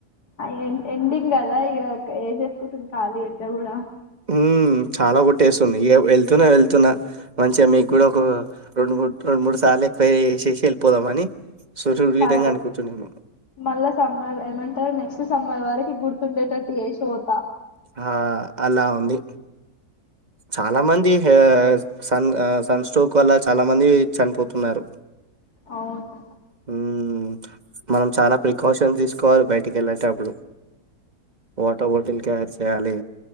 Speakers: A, on the left; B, on the right.
A: ఆ ఎం ఎండింగ్ గదా ఇగా ఏసేసుకుంటుంది ఖాళీ ఎండ కూడా
B: హూమ్ చాలా కొట్టేస్తుంది ఇగ వెళ్తున్నా వెళ్తున్నా మంచిగా మీకు
A: ఉమ్.
B: కూడా ఒక రెండు మూడు రెండు మూడు సార్లు ఏ <unintelligible> ఏసేసి వెళ్ళిపోదామని సుదృఢంగా
A: కాదూ
B: అనుకుంటున్నాను
A: మళ్ళా సమ్మర్ ఏమంటారు నెక్స్ట్ సమ్మర్ వరకి గుర్తుండేటట్టు చేసి పో
B: ఆ అలా ఉంది చాలా మంది సన్ సన్ స్ట్రోక్ వల్ల చాలా మంది చనిపోతున్నారు.
A: అవును
B: హ్మ్ మనం చాలా ప్రికాషన్ తీసుకోవాలి బయటికి వెళ్ళేటప్పుడు వాటర్ బాటిల్ క్యారీ చేయాలి